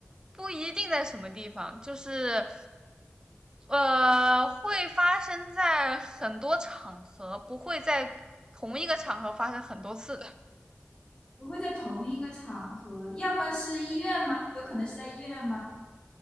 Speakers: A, on the right; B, on the left.
A: 不一定在什么地方，就是呃，会发生在很多场合，不会在同一个场合发生很多次。
B: 不会在同一个场合，要么是医院吗？有可能是在医院吗？